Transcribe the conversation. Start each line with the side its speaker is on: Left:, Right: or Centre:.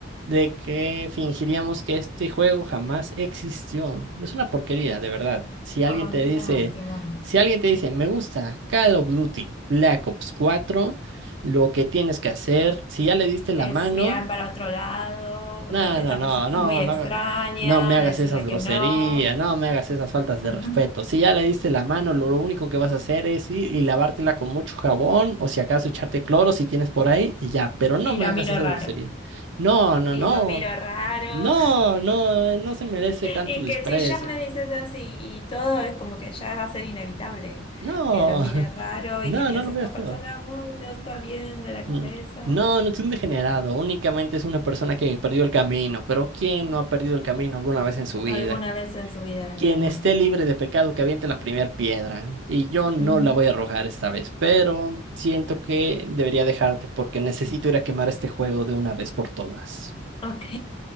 Right: de que fingiríamos que este juego jamás existió. Es una porquería, de verdad. Si alguien
Left: Ah,
Right: te
Left: qué
Right: dice,
Left: lástima.
Right: si alguien te dice, me gusta Call of Duty Black Ops cuatro lo que tienes que hacer, si ya le diste la
Left: Es
Right: mano,
Left: mirar para otro lado,
Right: no,
Left: ves, esta
Right: no, no,
Left: persona es
Right: no,
Left: muy extraña,
Right: no, haga- no me hagas
Left: decirle
Right: esas groserías,
Left: que no.
Right: no me hagas esas faltas de
Left: <laughs>
Right: respeto. Si ya le diste la mano, lo lo único que vas a hacer es ir y lavártela con mucho jabón o si acaso echarte cloro si tienes por ahí y ya, pero no
Left: Y
Right: me
Left: lo
Right: hagas
Left: miro
Right: esas
Left: raro.
Right: groserías. No, no,
Left: Y
Right: no,
Left: lo miro raro.
Right: no,
Left: <laughs>
Right: no, no se merece tanto
Left: Y
Right: desprecio.
Left: que si ya me dices así y todo, es como que ya va a ser inevitable
Right: No,
Left: que lo mire
Right: <laughs>
Left: raro
Right: no,
Left: y que piense,
Right: no lo
Left: esta
Right: veas feo.
Left: persona mm, no está bien de la
Right: Mm,
Left: cabeza.
Right: No, no es un degenerado, únicamente es una persona que perdió el camino, pero ¿quién no ha perdido el camino alguna vez en su vida?
Left: Alguna vez en su vida, es
Right: Quien
Left: verdad.
Right: esté libre de pecado, que aviente la primera piedra. Y yo no
Left: Ujú.
Right: la voy a arrojar esta vez, pero siento que debería dejarte porque necesito ir a quemar este juego de una vez por todas.
Left: Ok,